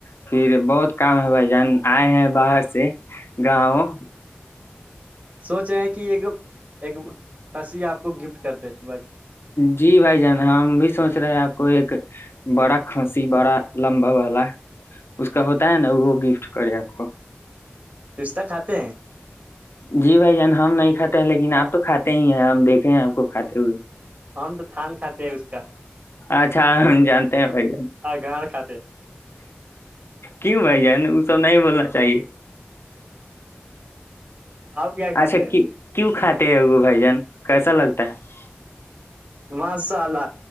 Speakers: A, on the left; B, on the right.
A: پھر بہت کام ہے بھائی جان آئے ہیں باہر سے گاؤ
B: سوچ رہے ہیں کہ ایک ایک کھنسی آپ کو گفٹ کر د
A: جی بھائی جان ہم بھی سوچ رہے ہیں آپ کو ایک بڑا کھانسی بڑا لمبا والا اس کا ہوتا ہے نا وہ گفٹ کرے آپ کو
B: رشتہ کھاتے ہیں
A: جی بھائی جان ہم نہیں کاتے ہیں لیکن آپ تو کھاتے ہی ہیں ہم دیکے ہیں آپ کو کھاتے ہوئے
B: ہم تو تھان کھاتے ہیں اس کا
A: اچھا ہم جانتے ہیں بھائی جان
B: اگار کھاتے ہیں
A: کیوں بھائی جان وہ سب نہیں بولنا چاہیے
B: آپ کیا کھاتے
A: اچھا کیوں کھاتے ہیں وہ بھائی جان کیسا لگتا ہے
B: مسءلہ